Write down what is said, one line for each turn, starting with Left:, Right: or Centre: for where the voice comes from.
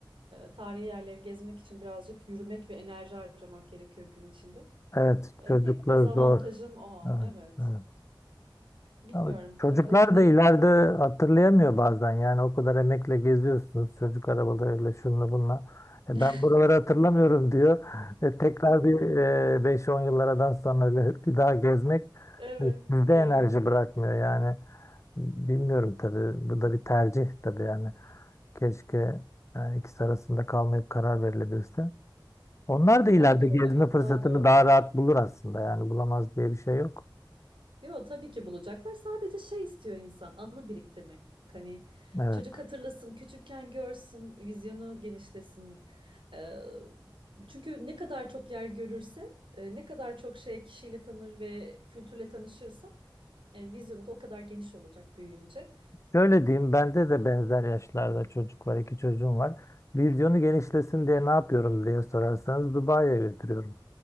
Right: E, tarihi yerleri gezmek için birazcık yürümek ve enerji harcamak gerekiyor gün içinde.
Left: Evet,
Right: E,
Left: çocuklar
Right: tek dezavantajım
Left: zor.
Right: o.
Left: Evet,
Right: Evet.
Left: evet.
Right: Bilmiyorum.
Left: Ama çocuklar
Right: Bakalım bir
Left: da ileride hatırlayamıyor bazen. Yani o kadar emekle geziyorsunuz. Çocuk arabalarıyla şunla bunla. E,
Right: <laughs>
Left: ben buraları hatırlamıyorum diyor. E, tekrar bir e, 5-10 yıllardan sonra <laughs> öyle bir daha gezmek
Right: Evet,
Left: e, sizde
Right: doğru.
Left: enerji bırakmıyor yani. Bilmiyorum tabii. Bu da bir tercih tabii yani. Keşke yani ikisi arasında kalmayıp karar verilebilse. Onlar da ileride
Right: Daha doğru,
Left: gezme
Right: evet,
Left: fırsatını
Right: daha doğru
Left: daha
Right: olur.
Left: rahat bulur aslında. Yani bulamaz diye bir şey yok.
Right: Yo tabii ki bulacaklar. Sadece şey istiyor insan, anı biriktirmek. Hani
Left: Evet.
Right: çocuk hatırlasın, küçükken görsün, vizyonu genişlesin. Ee, çünkü ne kadar çok yer görürse, e, ne kadar çok şey kişiyle tanır ve kültürle tanışırsa E, vizyonu da o kadar geniş olacak büyüyünce.
Left: Şöyle diyeyim bende de benzer yaşlarda çocuk var, iki çocuğum var. Vizyonu genişlesin diye ne yapıyorum diye sorarsanız Dubai'ye götürüyorum.